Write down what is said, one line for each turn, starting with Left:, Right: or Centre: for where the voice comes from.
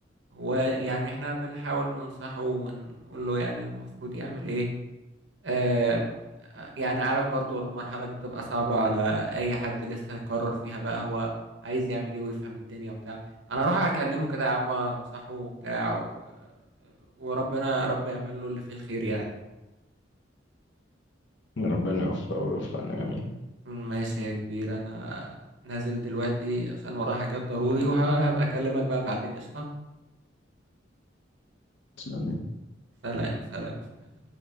Right: ويعني احنا بنحاول ننصحه ونقول له يعني المفروض يعمل ايه آه يعني عارف برضو المرحلة دي بتبقى صعبة على اي حد لسه هيقرر فيها بقى هو عايز يعمل ايه ويفهم الدنيا وبتاع انا اروح اكلمه كده يا عم وانصحه وبتاع و... آه، وربنا رب يعمل له اللي فيه الخير يعني
Left: ربنا يوفقه ويوفقنا جميعا
Right: ماشي يا كبير انا نازل دلوقتي عشان ورايا حاجات ضروري وهبقى اكلمك بقى بعدين قشطة
Left: سلام.
Right: سلام سلام سلام